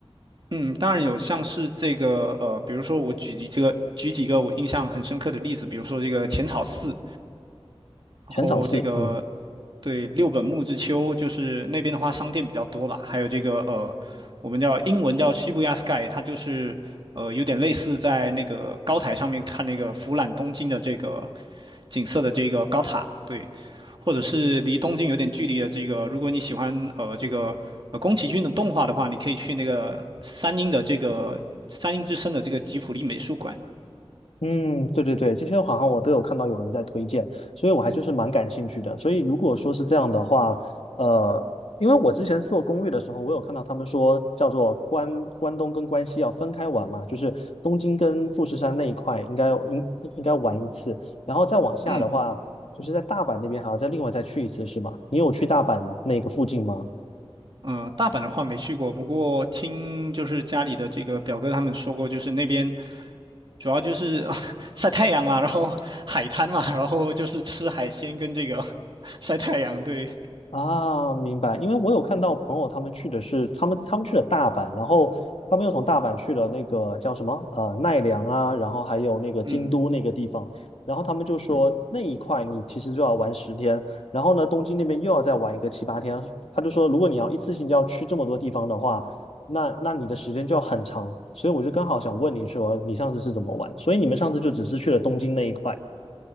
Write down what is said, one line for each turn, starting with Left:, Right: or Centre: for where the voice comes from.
Right: 嗯，当然有像是这个呃，比如说我举几这个举几个我印象很深刻的例子，比如说这个浅草寺，然后这个
Left: 全场是，嗯
Right: 对，六本木之丘就是那边的话，商店比较多吧。还有这个呃，我们叫英文叫 s h 亚 Sky，它就是呃有点类似在那个高台上面看那个俯览东京的这个景色的这个高塔，对，或者是离东京有点距离的这个，如果你喜欢呃这个呃宫崎骏的动画的话，你可以去那个三鹰的这个三鹰之森的这个吉卜力美术馆。
Left: 嗯，对对对，这些好像我都有看到有人在推荐，所以我还就是蛮感兴趣的。所以如果说是这样的话，呃，因为我之前做攻略的时候，我有看到他们说叫做关关东跟关西要分开玩嘛，就是东京跟富士山那一块应该应应该玩一次，然后再往下的话，
Right: 嗯，
Left: 就是在大阪那边还要再另外再去一次，是吗？你有去大阪那个附近吗？
Right: 呃，大阪的话没去过，不过听就是家里的这个表哥他们说过，就是那边主要就是啊 <laughs> 晒太阳嘛，然后海滩嘛，<laughs> 然后就是吃海鲜跟这个 <laughs> 晒太阳，对，
Left: 啊，明白。因为我有看到朋友他们去的是他们他们去了大阪，然后他们又从大阪去了那个叫什么呃奈良啊，然后还有那个京都那个地方，
Right: 嗯
Left: 然后他们就说那一块你其实就要玩十天，
Right: 嗯，
Left: 然后呢东京那边又要再玩一个七八天，他就说如果你要一次性要去这么多地方的话，那那你的时间就要很长，所以我就刚好想问你说你上次是怎么玩，所以你们上次就只是去了东京那一块。